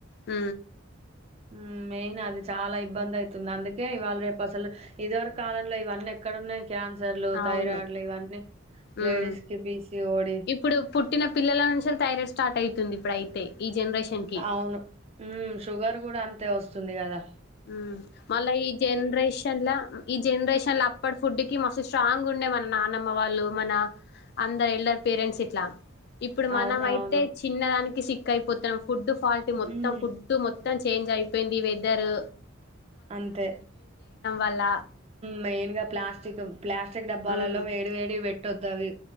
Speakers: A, on the left; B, on the right.
A: ఉ
B: ఉ మెయిన్ అది చాలా ఇబ్బంది ఐతుంది అందుకే ఇవాళ రేపు అసలు ఇదివర్ కాలంలో ఇవన్నీ ఎక్కడ ఉన్నాయి క్యాన్సర్లు
A: అవును
B: థైరాయిడ్లు ఇవన్నీ లేడీస్
A: ఉమ్
B: కి పీసి ఓడి
A: ఇప్పుడు పుట్టిన పిల్లల నుంచి థైరాయిడ్ స్టార్ట్ ఐతుంది ఇప్పుడు అయితే ఈ జనరేషన్ కి
B: అవును ఉ షుగర్ గుడా అంతే వస్తుంది గదా
A: ఉ మళ్ళా ఈ జెనరేషన్ ల ఈ జెనరేషన్ ల అప్పటి ఫుడ్డి కి మస్తు స్ట్రాంగ్ ఉండే మన నానమ్మ వాళ్ళు మన అందరు ఎల్లరు పేరెంట్స్ ఇట్లా ఇప్పుడు మనం
B: అవునవును
A: అయితే చిన్నదానికి సిక్ కై <unintelligible> ఫుడ్ ఫాల్టీ మొత్తం
B: ఉమ్
A: ఫుడ్ మొత్తం చేంజ్ అయిపోయింది. ఇద్దరు
B: అంతే
A: వల్ల
B: మెయిన్గా ప్లాస్టిక్ ప్లాస్టిక్ డబ్బాలలో
A: ఉమ్
B: వేడి వేడి పెట్ పెట్టొదవి